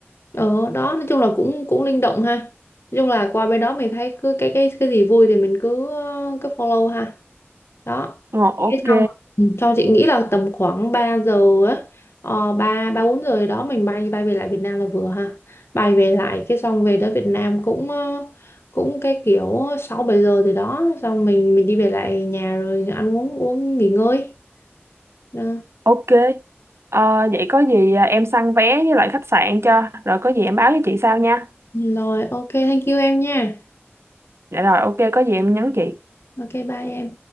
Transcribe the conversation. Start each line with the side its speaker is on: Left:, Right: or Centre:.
Left: Ờ đó, nói chung là cũng cũng linh động ha. Nói chung là qua bên đó mình thấy cứ cái cái cái gì vui thì mình cứ ờ, cứ follow ha. Đó.
Right: Ờ, ok,
Left: Thế xong ừ, xong chị nghĩ là tầm khoảng 3 giờ ấy ờ, 3 3 4 giờ gì đó mình bay bay về lại Việt Nam là vừa ha. Bay về lại cái xong về tới Việt Nam cũng ờ, cũng cái kiểu 6 7 giờ gì đó xong mình mình đi về lại nhà rồi ăn uống uống nghỉ ngơi. Đó.
Right: ok. Ờ, vậy có gì à, em săn vé với lại khách sạn cho. Rồi có gì em báo với chị sau nha.
Left: Rồi ok thank you em nha.
Right: Dạ rồi, ok, có gì em nhắn chị.
Left: Ok bye em.